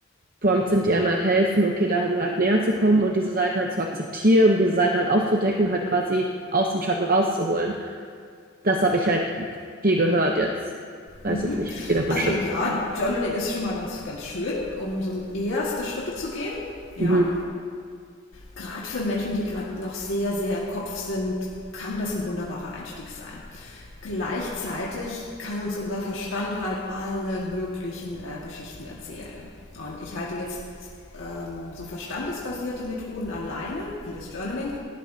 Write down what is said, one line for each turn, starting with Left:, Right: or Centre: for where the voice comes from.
Right: Prompts sind, die einem halt helfen, okay, da halt halt näher zu kommen und diese Seiten halt zu akzeptieren und diese Seiten halt aufzudecken, halt quasi aus dem Schatten rauszuholen. Das habe ich halt viel gehört jetzt. Weiß
Left: Mhm.
Right: jetzt nicht, wie viel davon
Left: Also
Right: stimmt.
Left: ja, Journaling ist schon mal ganz, ganz schön, um so erste Schritte zu gehen. Ja
Right: Mhm.
Left: gerade für Menschen, die gerade noch sehr, sehr im Kopf sind, kann das ein wunderbarer Einstieg sein. Gleichzeitig kann uns unser Verstand halt alle möglichen äh, Geschichten erzählen. Und ich halte jetzt ähm, so verstandesbasierte Methoden alleine, wie das Journaling,